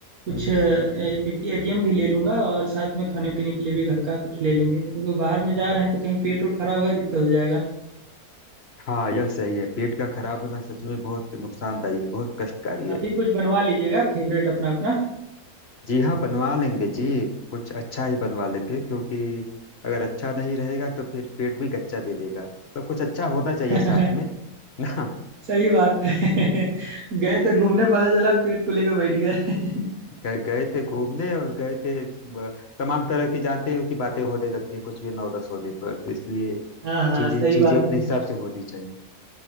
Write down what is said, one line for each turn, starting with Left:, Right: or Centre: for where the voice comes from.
Right: कुछ
Left: हम्म हम्म।
Right: एटीएम भी ले लूंगा और साथ में खाने पीने के लिए भी घर का कुछ ले लेंगे क्योंकि बाहर में जा रहे हैं तो कहीं पेट वोट खराब हो गया दिक्कत हो जाएगा
Left: हाँ यह सही है पेट का खराब होना सच में बहुत नुकसानदायी है बहुत कष्टकारी है
Right: अभी कुछ बनवा लीजिएगा फेवरेट अपना अपना
Left: जी हाँ बनवा लेंगे जी कुछ अच्छा ही बनवा लेंगे क्योंकि अगर अच्छा नहीं रहेगा तो फिर पेट भी गच्चा दे देगा मतलब कुछ अच्छा होना चाहिए
Right: <laughs>
Left: साथ में ना
Right: सही बात है <laughs> गए तो घूमने पता चला पेट को लेकर बैठ गए <laughs>
Left: गए गए थे घूमने और गए थे अ, तमाम तरह की जानते ही हो कि बातें होने लगती है कुछ भी नौ दस होने पर तो इसलिए
Right: हाँ हाँ
Left: चीजें
Right: सही
Left: चीजें
Right: बात
Left: अपने
Right: है
Left: हिसाब से होनी चाहिए